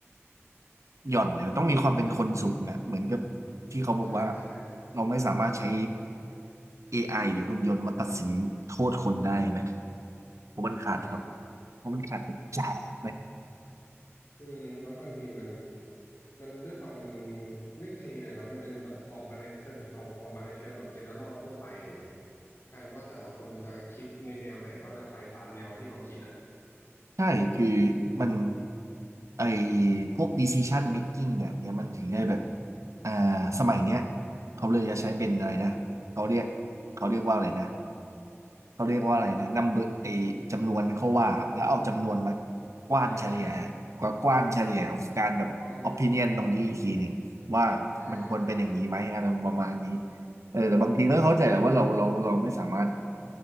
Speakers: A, on the right; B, on the left.
A: หย่อนเนี่ยต้องมีความเป็นคนสูงเนี่ยเหมือนกับ
B: มันต้องคิด
A: ที่เขาบอกว่า
B: ใช่ใช่
A: เราไม่สามารถใช้ AI หรือหุ่นยนต์มาตัดสินโทษคนได้ไหมเพราะมันขาดครับ
B: ใช่
A: เพราะมันขาดปัจจัยไหม
B: อืมแล้วบางทีมันมันด้วยความมันไม่เคลียร์เนาะมันเป็นแบบออกมาในเชิงออกออกมาในเชิงแบบ general ทั่วไปอย่างเงี้ยแทนว่าแต่ละคนจะคิดในแนวไหนก็จะไปตามแนวที่เขาคิดอ่ะ
A: ใช่คือมัน
B: อืม
A: ไอพวก decision making แบบเนี้ยมันถึงได้แบบอ่าสมัยเนี้ยเขาเลยจะใช้เป็นอะไรนะเขาเรียกเขาเรียกว่าอะไรนะ
B: ครับ
A: เขาเรียกว่าอะไรนะ number ไอจำนวนเขาว่าแล้วเอาจำนวนมากว้านเฉลี่ย
B: อ่าอ่า
A: กว่ากว้านเฉลี่ยของการแบบ
B: ก้อน
A: opinion ตรงนี้อีกทีหนึ่งว่ามันควรเป็นอย่างนี้ไหมอะไรประมาณนี้
B: อ่า
A: เออแต่บางทีก็เข้าใจแหละว่าเราเราเราไม่สามารถ
B: ก็